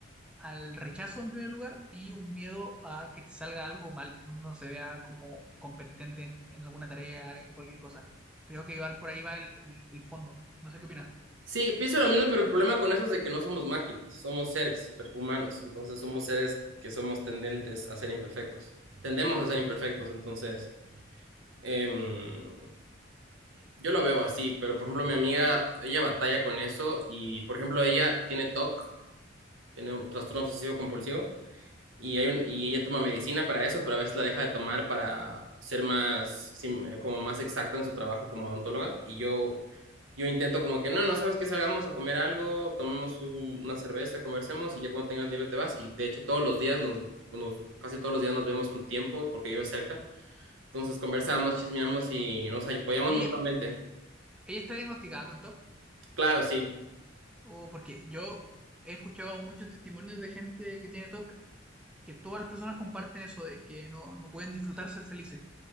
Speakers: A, in the centre; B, on the right.
A: al rechazo en primer lugar y un miedo a que te salga algo mal, que uno no se vea como competente en, en alguna tarea, en cualquier cosa. Creo que va- por ahí va el, el- el fondo. No sé qué opinas.
B: Sí, pienso lo mismo, pero el problema con eso es de que no somos máquinas, somos seres per- humanos, entonces somos seres que somos tendentes a ser imperfectos, tendemos a ser imperfectos, entonces em, yo lo veo así, pero por ejemplo mi amiga, ella batalla con eso y por ejemplo ella tiene TOC, tiene un trastorno obsesivo compulsivo y, hay un, y ella toma medicina para eso, pero a veces la deja de tomar para ser más, sim- eh, como más exacta en su trabajo como odontóloga. Y yo, yo intento como que, no, no, sabes que salgamos a comer algo, tomemos un- una cerveza, conversemos y ya cuando tengas libre te vas. Y de hecho todos los días nos, nos- casi todos los días nos vemos un tiempo porque vive cerca. Entonces conversamos, chismeamos y nos apoyamos
A: ¿Y
B: mutuamente.
A: ella, ella está diagnosticada con TOC? ¿O C?
B: Claro, sí.
A: ¿O porque yo he escuchado muchos testimonios de gente que tiene TOC que todas las personas comparten eso de que no, no pueden disfrutar ser felices,